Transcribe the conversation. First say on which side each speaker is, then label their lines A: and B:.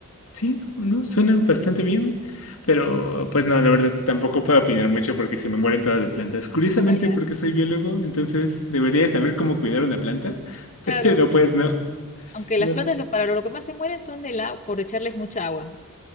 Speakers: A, on the left; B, on the left.
A: Sí, no, no, suena bastante bien, pero pues no, la verdad tampoco puedo opinar mucho porque se me mueren todas las plantas. Curiosamente,
B: Ah, ya.
A: porque soy biólogo, entonces debería de saber cómo cuidar una planta, <laughs>
B: Claro,
A: pero pues no,
B: aunque
A: no.
B: las plantas
A: s-
B: lo, para lo que más se mueren son del agua, por echarles mucha agua. <laughs>